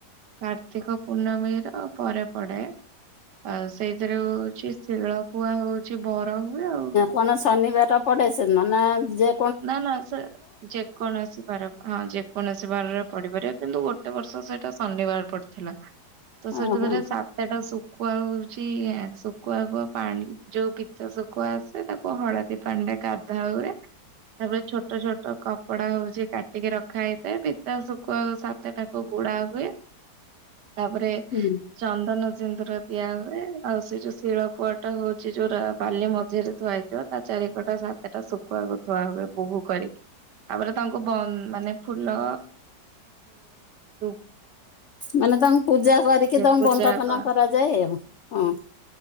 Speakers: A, on the right; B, on the left.
A: କାର୍ତ୍ତିକ ପୂର୍ଣ୍ଣମୀ ର ପରେ ପଡେ। ଆଉ ସେଇଥିରେ ହଉଛି ଶିଳପୁଆ ହଉଛି ବର ହୁଏ ଆଉ
B: ମାନେ ଶନିବାର ପଡେ ସେ ଦିନ ନା ଯେ
A: ନା ନା ସେ ଯେକୌଣସି ବାର ହଁ ଯେକୌଣସି ବାରରେ ପଡିପାରେ କିନ୍ତୁ ଗୋଟେ ବର୍ଷ ସେଇଟା ଶନିବାର ପଡିଥିଲା ତ ସେଟା
B: ଓହୋ
A: ଥରେ ଶା ତାଟା ଶୁଖୁଆ ହଉଛି ଶୁଖୁଆକୁୁ ପାଣି ଯୋଉ ପିିତ ଶୁଖୁଆ ସେଟାକୁ ହଳଦୀ ପାଣି ରେ ଗାଧା ହୁଏ ତାପରେ ଛୋଟ ଛୋଟ କପଡା ହଉଛି କାଟିକି ରଖା ହେଇଥାଏ। ତା ଶୁଖୁଆ ସାତଟାକୁ ଗୁଡା ହୁଏ, ତାପରେ
B: ହୁଁ
A: ଚନ୍ଦନ ସିନ୍ଦୁର ଦିଆ ହୁଏ ଆଉ ସେ ଯୋଉ ଶିଳ ପୁଆ ଟା ହଉଛି ଯୋଉରା ବାଲି ମଝିରେ ଥୁଆଇ ତା ଚାରି ପଟେ ସାତଟା ଶୁଖୁଆ କୁ ଥୁଆ ହୁଏ ବୋହୁ କରିକି। ତାପରେ ତାଙ୍କୁ ମାନେ ବନ୍ଦ୍ ମାନେ ଫୁଲ ସବୁ
B: ମାନେ ତାଙ୍କୁ ପୂଜା କରିକି
A: ଇଏ
B: ତାଙ୍କୁ
A: ପୂଜା
B: ବନ୍ଦାପନା
A: କ
B: କରାଯାଏ ଆଉ, ହଁ।